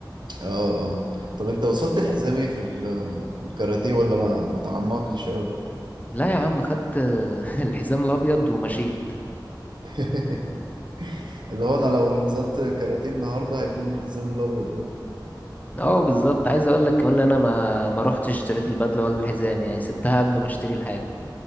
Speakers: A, on the right (about 70°); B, on the left (about 20°).
A: اه اه طب انت وصلت للحزام ايه في ال- في الكاراتيه ولا ما ما تعمقتش قوي
B: لا يا عم خدت <laughs> الحزام الأبيض ومشيت
A: <laughs> اللي هو انا لو نزلت كاراتيه النهارده هيدوني الحزام الابيض برضه
B: اه بالظبط عايز أقول لك كمان إن أنا ما ما روحتش اشتريت البدلة ولا الحزام يعني سبتها قبل ما اشتري الحاجة